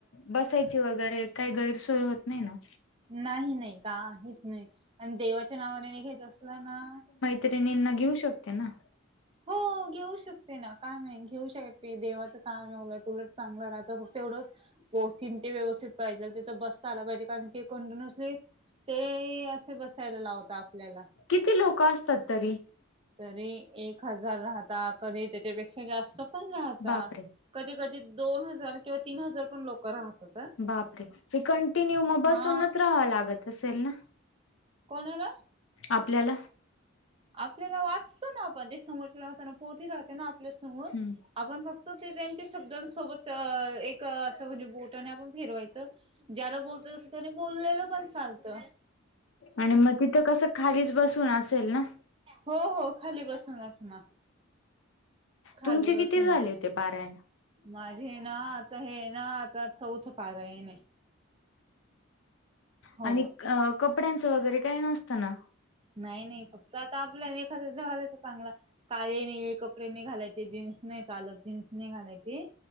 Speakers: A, on the left; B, on the right.
A: बसायची वगैरे कांहीं गैरसोय होतं नाहीं नां.
B: नाहीं नाहीं कांहीच नाहीं आणि देवांच्या नांवाने नि घेतं असलनां.
A: त्यानी यांना घेऊ शकते नां.
B: हो घेऊ शकते नां कायं नाहीं घेऊ शकते देवाचं काम आहे उलटं. उलट चांगलं राहतं फक्तं एव्हढंच. पोथि ते व्यवस्थित पाहिजे तिथं बसता आला पाहिजे कारणं की कंटिन्युज नाही. ते असे बसायला लावता आपल्यांला.
A: किती लोकं असतांत तरी.
B: तरी एक हजार राहता कधी त्यांच्यापेक्षा जास्तं पणं राहतात.
A: बापरे
B: कधी कधी दोन हजार किंवा तीन हजार पण लोक राहतात.
A: बापरे ते कंटिन्यू मग
B: हा
A: बसूनच राहावं लागत असेल ना.
B: कोण हला
A: आपल्याला.
B: आपल्याला वाचतो ना आपण ते समोरच्या राहताना पोती राहते ना आपल्यासमोर.
A: हम्म
B: आपण फक्त ते त्यांच्या शब्दांसोबत एक असं म्हणजे बोटने आपण फेरवायचं. ज्यारा बोलत अस त्यानी बोललेलं पण चालत.
A: आणि मग तिथं कसं खालीच बसून असेल ना.
B: हो हो खाली बसूनस ना. खाली
A: तुमचे
B: बसूनच.
A: किती झाले ते पारायण.
B: माझे ना आता हे ना आता चौथ पारायण येणे. हो
A: आणि कपड्यांचं वगैरे काही नसत ना.
B: नाही नाही फक्त आता आपल्या एखाद्या जवालाच. चांगला काळे निळे कपडे नाही घालायचे जीन्स नाही चालत जीन्स नाही घालायची.